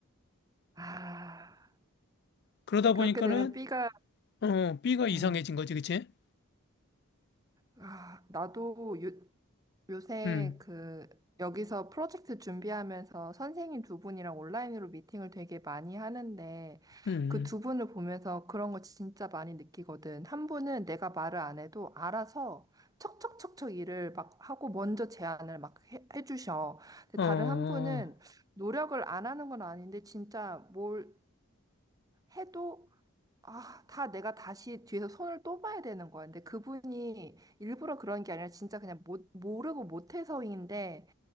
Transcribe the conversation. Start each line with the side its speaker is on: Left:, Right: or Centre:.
Right: 아,
Left: 그러다
Right: 그렇게
Left: 보니까는
Right: 되면 B가,
Left: 어 B가 이상해진
Right: 음,
Left: 거지, 그치?
Right: 아, 나도 요, 요새
Left: 음,
Right: 그 여기서 프로젝트 준비하면서 선생님 두 분이랑 온라인으로 미팅을 되게 많이 하는데
Left: 음,
Right: 그 두 분을 보면서 그런 거 진짜 많이 느끼거든. 한 분은 내가 말을 안 해도 알아서 척척척척 일을 막 하고 먼저 제안을 막 해, 해주셔. 근데
Left: 음.
Right: 다른
Left: 어, 어,
Right: 한 분은 노력을 안 하는 건 아닌데 진짜 뭘 해도 아, 다 내가 다시 뒤에서 손을 또 봐야 되는 거야. 근데 그분이 일부러 그런 게 아니라 진짜 그냥 못, 모르고 못해서인데,